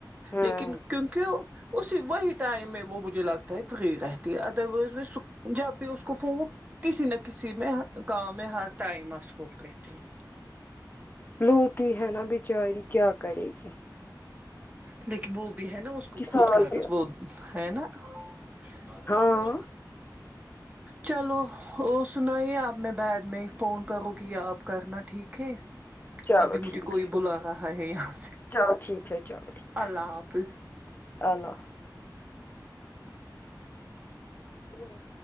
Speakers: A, on the left; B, on the right.
A: ہاں
B: لیکن کیونکی وہ اسی وہی ٹائم میں وہ مجھے لگتا ہے فقر رہتی ہے ادروائز میں سک جب بھی اس کو فوہو کسی نہ کسی میں کام میں ہر ٹائم مصروف رہتی ہے
A: لوتی ہی ہے نہ بچاری کیا کرے گی
B: لیکن وہ بھی ہے نا اس کو
A: کی
B: خود
A: ساس
B: کاغذ
A: بھی
B: وہ ہے نا شلہ
A: ہاں
B: شلہ چلو اور سنائیے آپ میں بعد میں فون کروں گی آپ کرنا ٹھیک ہے
A: چلو
B: ابھی مجھے
A: ٹھیک
B: کوئی
A: ہے
B: بلا رہا ہے یہاں سے
A: چلو ٹھیک ہے چلو ٹھیک ہے
B: اللہ حافظ
A: اللہ حا تو ب